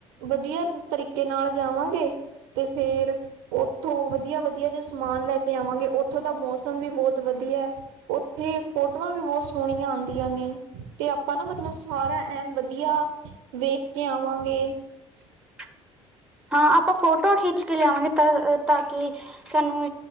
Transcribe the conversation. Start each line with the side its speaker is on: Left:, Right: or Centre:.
Right: ਵਧੀਆ ਤਰੀਕੇ ਨਾਲ ਜਾਵਾਂਗੇ। ਤੇ ਫੇਰ ਉੱਥੋਂ ਵਧੀਆ ਵਧ ਵਧੀਆ ਜਹਾ ਸਮਾਨ ਲੈ ਕੇ ਆਵਾਂਗੇ, ਉੱਥੋਂ ਦਾ ਮੌਸਮ ਵੀ ਬਹੁਤ ਵਧੀਆ ਹੈ। ਉੱਥੇ ਫੋਟੋਆਂ ਵੀ ਬਹੁਤ ਸੋਹਣੀਆਂ ਆਦੀਆਂ ਨੇ ਤੇ ਆਪਾਂ ਨਾ ਮਤਲਬ ਸਾਰਾ ਐਨ ਵਧੀਆ ਵੇਖ ਕੇ ਆਵਾਂਗੇ। ਤੇ
Centre: <inaudible> ਹਾਂ ਆਪਾਂ ਫੋਟੋ ਖਿੱਚ ਕੇ ਲਿਆਵਾਂਗੇ ਤਾਂ ਤਾਂ ਕਿ ਸਾਨੂੰ